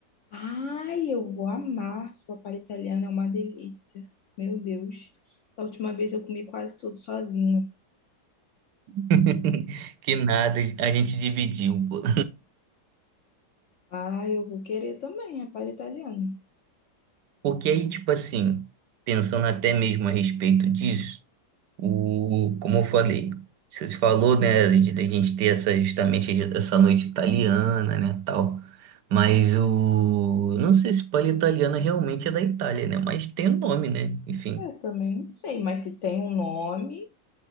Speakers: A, on the left; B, on the right.
A: Ai, eu vou amar sopa italiana, é uma delícia. Meu Deus. Da última vez eu comi quase tudo sozinha.
B: <laughs> Que nada, a gente dividiu, pô.
A: Ah, eu vou querer também, a palha italiana.
B: Porque aí, tipo assim, pensando até mesmo a respeito disso, o, como eu falei, você falou, né, de, da gente ter essa, justamente essa noite italiana, né, tal. Mas o, não sei se palha italiana realmente é da Itália, né, mas tem o nome, né, enfim.
A: Eu também não sei, mas se tem um nome,